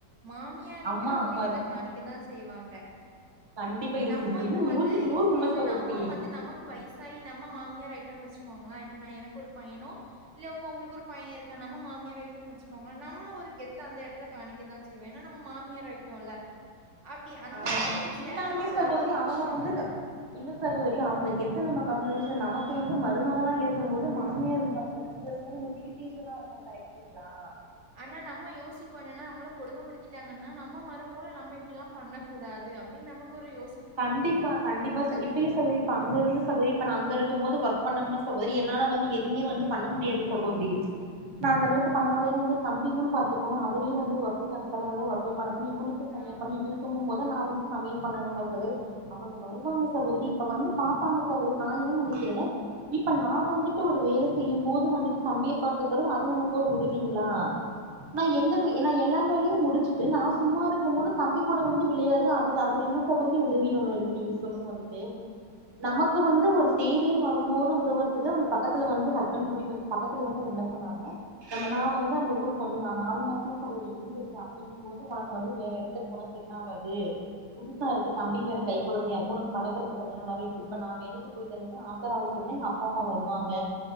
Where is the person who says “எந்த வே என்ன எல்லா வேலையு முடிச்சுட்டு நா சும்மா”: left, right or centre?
Right